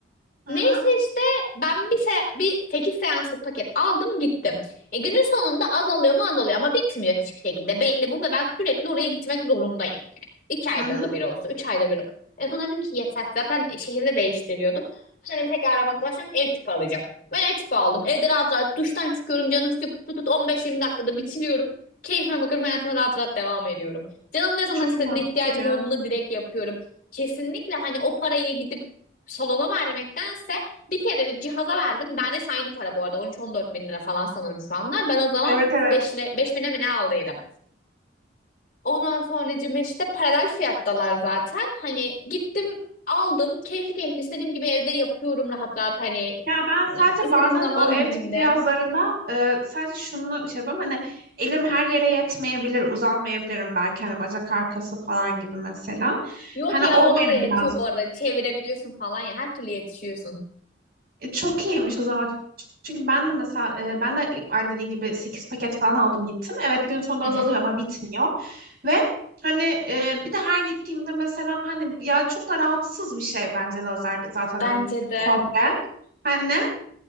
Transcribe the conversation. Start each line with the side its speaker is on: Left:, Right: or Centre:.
Right: Hı
Left: Neyse
Right: hı.
Left: işte ben bir, se bir sekiz seanslık paket aldım gittim. E, günün sonunda azalıyor mu azalıyor ama bitmiyor hiçbir şekilde. Belli bu ve ben sürekli oraya gitmek zorundayım. İki ayda
Right: Hı hı.
Left: da bir olsa, üç ayda bir olsa. En son dedim ki yeter. Zaten şehirde değiştiriyordum. Dedim tekrar arabam kullanacağım, ev tipi alacağım. Ben ev tipi aldım. Evde rahat rahat duştan çıkıyorum. Canım istiyor. tut tut put 15-20 dakikada bitiriyorum. Keyfime bakıyorum. Hayatıma rahat rahat devam ediyorum. Canım ne zaman
Right: Çok
Left: istediğine
Right: mantıklı
Left: ihtiyacım
Right: ya.
Left: olduğunda direkt yapıyorum. Kesinlikle hani o parayı gidip salona vermektense bir kerelik cihaza verdim. Ben de aynı para bu arada. 13-14 bin lira falan sanırım şu anlar. Ben o zaman
Right: Evet evet.
Left: 5 lira, 5 bine mi ne aldıydım. Ondan sonracığım işte paralel fiyattalar zaten. Hani gittim aldım. Keyifli keyifli istediğim gibi evde yapıyorum rahat rahat hani
Right: Ya ben sadece
Left: istediğim
Right: bazen
Left: zaman
Right: o ev
Left: diliminde.
Right: tipi cihazlarında e, sadece şunu şey yapıyorum hani elim her yere yetmeyebilir, uzanmayabilirim belki hani bacak arkası falan gibi mesela.
Left: Yok
Right: Hani
Left: ya
Right: o
Left: ona
Right: beni
Left: da yetiyor
Right: biraz
Left: bu arada. Çevirebiliyorsun falan ya. Her türlü yetişiyorsun.
Right: E, çok iyiymiş o zaman. Çünkü ben de mesela e, ben de aynı dediğin gibi 8 paket falan aldım gittim. Evet gün sonunda
Left: Hı
Right: azalıyor
Left: hı.
Right: ama bitmiyor. Ve hani e, bir de her gittiğimde mesela hani ya çok da rahatsız bir şey bence lazer zaten
Left: Bence
Right: hani
Left: de
Right: komple. Hani